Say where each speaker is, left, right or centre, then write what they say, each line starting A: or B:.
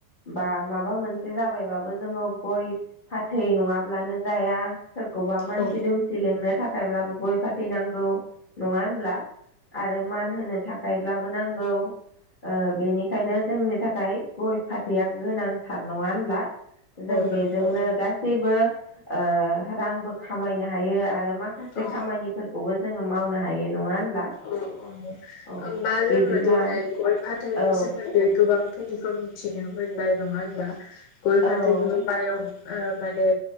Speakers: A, on the left; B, on the left.
A: बा माबा मोनसे जाबायबाबो जोङो गय फाथै नङाब्लानो जाया। सोरखौबा मानसि
B: औ
A: दुमसि लेंनो थाखायब्लाबो गय फााथैनांगौ। नङा होनब्ला आरो मान होनो थाखायब्लाबो नांगौ ओ बेनिखायनो जोंनि थाखाय खाय गय फाथैया गोनांथार नङा होनब्ला जों बेजोंनो
B: नंगौ
A: गासैबो ओ रांबो खामायनो हायो आरो माखासे
B: औ
A: खामानिफोरखौबो जोङो मावनो हायो नङा होनब्ला?
B: औ
A: औ
B: होमबा
A: बिदिब्ला
B: जोङो दिनै गय फाथैनि
A: औ
B: सोमोन्दै गोबां फनिखौ मिथिनो मोनबाय। नङा होनबा गय फाथैबो
A: औ
B: बाय ओ माने